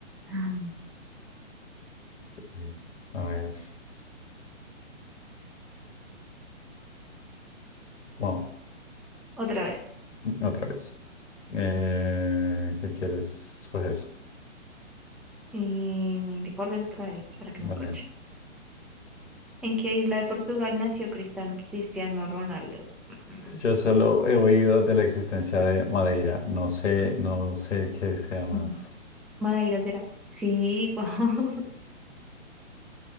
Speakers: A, in the centre; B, on the left.
A: Ah,
B: Eh, A ver, wow,
A: Otra vez.
B: otra vez. Eh, ¿qué quieres escoger?
A: Y deportes otra vez para que
B: Vale.
A: me escuche. ¿En qué isla de Portugal nació Cristan- Cristiano Ronaldo? Mm,
B: Yo solo he oído de la existencia de Madeira. No sé, no sé qué sea más.
A: <laughs> Madeira será. Sí, <laughs> wow.